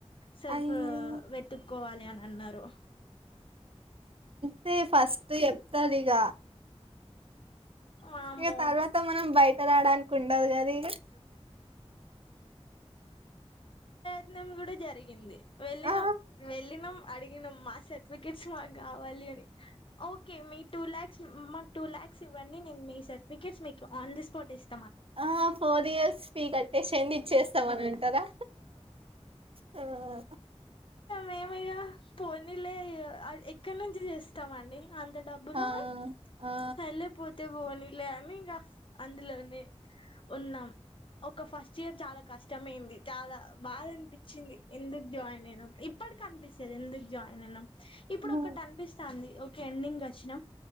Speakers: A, on the left; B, on the right.
A: సెల్ఫ్
B: అయ్యో
A: వెతుక్కకోవాలి అని అన్నారు.
B: ఫస్టే ఫస్ట్ చెప్తారు ఇగ.
A: వామ్మో
B: ఇగ తరువాత మనం బైటకు రావడానికి ఉండదు గదా.
A: మనం కూడా జరిగింది వెళ్ళినాం
B: ఆ
A: వెళ్ళినాం అడిగినాం మాస్టర్. ఫికెట్స్ మాకు కావాలి అని ఓకే మీ టూ ల్యాక్స్. మాకు టూ ల్యాక్స్ ఇవ్వండి నేను మీ సర్టిఫికెట్స్ మీకు ఆన్ ది స్పాట్ ఇస్తా.
B: ఆహ్ ఫోర్ ఇయర్స్ ఫీ కాటేశేయండి ఇచ్చేస్. ఇస్తాము అని అంటారా హాహా.
A: మేము ఇగ పోనీలే ఇగ ఆహ్ ఎక్కడి నుంచి తేస్తామండి. అంత డబ్బులు
B: ఆ
A: ఆయ్
B: ఆ
A: సర్లేపోతే పోనీలే అని ఇగ. అందులోనే ఉన్నాం ఒక ఫస్ట్ ఇయర్ చాలా కష్టమేమ్. చాలా బాధ అనిపించింది ఎందుకు జాయిన్ అయినాం ఇప్పటికి అన్పిస్తది ఎందుకు జాయిన్ అయినాం. ఇప్పుడు ఒకటి
B: ఆ
A: అన్పిస్తాంది ఓకే ఎండింగ్ వచ్చినాం